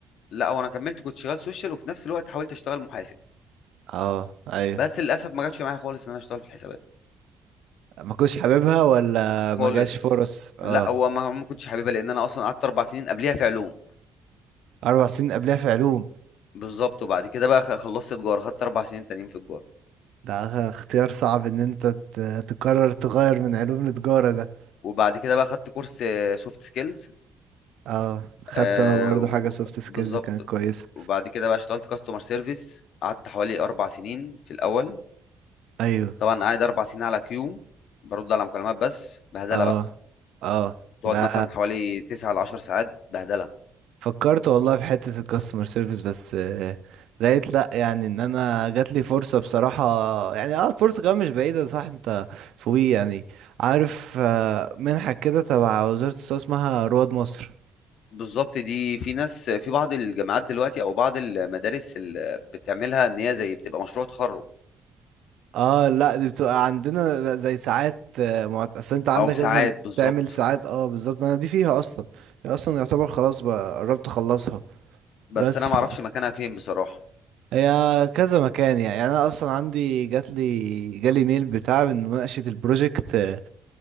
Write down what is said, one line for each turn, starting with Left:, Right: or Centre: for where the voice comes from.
Left: لا وانا كملت كنت شغال سوشيال وفي نفس الوقت حاولت اشتغل محاسب
Right: اه ايوه
Left: بس للاسف ما جاتش معايا خالص ان انا اشتغل في الحسابات
Right: ما كنتش حاببها ولا
Left: خالص
Right: ما جاش فرص اه
Left: لا هو ما ما كنتش حاببها لان انا اصلا قعدت اربع سنين قبليها في علوم
Right: اربع سنين قبلها في علوم
Left: بالظبط وبعد كده بقى خ- خلصت تجاره خدت اربع سنين تانيين في تجاره
Right: ده اختيار صعب ان انت ت- تقرر تغير من علوم لتجارة ده
Left: وبعد كده بقى خدت كورس سوفت سكيلز
Right: اه خدت
Left: آه
Right: انا برضو
Left: و-
Right: حاجة سوفت سكيلز
Left: بالظبط
Right: كانت كويسة
Left: وبعد كده بقى اشتغلت كاستمر سيرفيس قعدت حوالي اربع سنين في الاول
Right: ايوه
Left: طبعا قاعد اربع سنين على كيو برد على مكالمات بس بهدله
Right: اه
Left: بقى
Right: اه
Left: تقعد
Right: ده
Left: مثلا حوالي 9 ل 10 ساعات بهدله
Right: فكرت والله في حتة الكاستمر سيرفيس بس آه، لقيت لا يعني ان انا جات لي فرصة بصراحة يعني اه فرصة كمان مش بعيدة صح انت فوقي يعني عارف آه، منحة كده تبع وزارة الصحة اسمها رواد مصر
Left: بالضبط دي في ناس في بعض الجامعات دلوقتي أو بعض المدارس ال بتعملها إن هي زي بتبقى مشروع تخرُّج
Right: اه لا دي بتبقى عندنا زي ساعات آه، معت... اصل انت عندك
Left: أو ساعات
Right: لازم
Left: بالضبط،
Right: تعمل ساعات اه بالظبط ما انا دي فيها اصلا هي اصلا يعتبر خلاص بقى قربت اخلصها
Left: بس
Right: بس
Left: أنا ما
Right: ف-
Left: أعرفش مكانها فين بصراحة.
Right: هي كذا مكان يعني يعني انا اصلا عندي جات لي جالي ميل بتاع من مناقشه البروجكت آه،